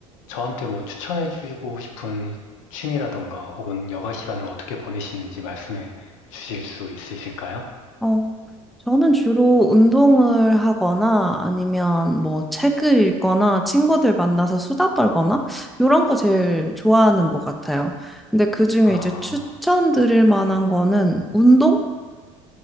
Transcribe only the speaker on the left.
저한테 뭐 추천해주고 싶은 취미라던가 혹은 여가 시간을 어떻게 보내시는지 말씀해 주실 수 있으실까요?
아,